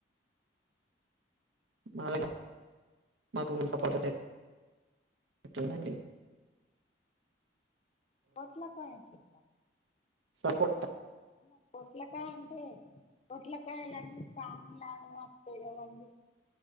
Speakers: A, on the right; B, on the left.
A: <unintelligible> <unintelligible>
B: పట్లాకాయ చెట్టా
A: సపోర్ట్
B: అమ్మ పొట్లకా అంటే పొట్లకాయలన్నీ ప్రాణంలాగా అత్తే కదండి